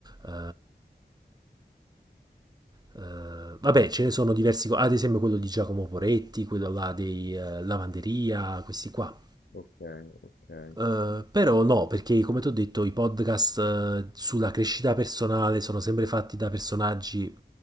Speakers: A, on the right; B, on the left.
A: eh, eh, vabbè, ce ne sono diversi, co- ad esempio quello di Giacomo Poretti, quello là dei eh, Lavanderia, questi qua.
B: okay, okay.
A: Eh,
B: Mh-mh.
A: però no, perché come ti ho detto, i podcast eh, sulla crescita personale sono sempre fatti da personaggi